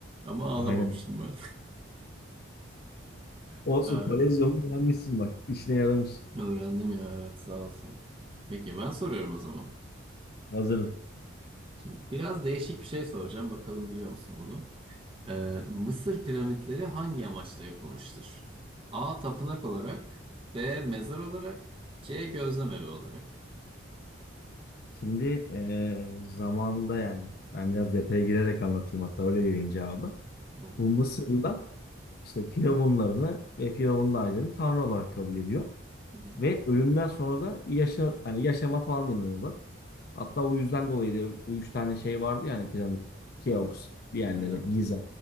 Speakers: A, on the right; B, on the left.
A: Ama ağlamamıştım
B: Aynen.
A: ben.
B: Olsun
A: <laughs> Aa,
B: kolezyonu beğenmişsin bak. İşine yaramış.
A: Öğrendim ya evet sağ olsun. Peki ben soruyorum o zaman.
B: Hazırım.
A: Şimdi biraz değişik bir şey soracağım. Bakalım biliyor musun bunu? Ee, Mısır piramitleri hangi amaçla yapılmıştır? A. Tapınak olarak. B. Mezar olarak. C. Gözlem evi olarak.
B: Şimdi eee zamanında yani ben biraz detaya girerek anlatayım hatta öyle vereyim cevabı.
A: Olur.
B: Bu Mısırlılar işte firavunlarını ve firavunlu ailelerini tanrı olarak kabul ediyor.
A: Hı hı.
B: Ve ölümden sonra da yaşa, hani yaşama falan inanıyorlar. Hatta o yüzden dolayı da o üç tane şey vardı ya hani piramit, Keops, diğerleri,
A: Aynen.
B: Giza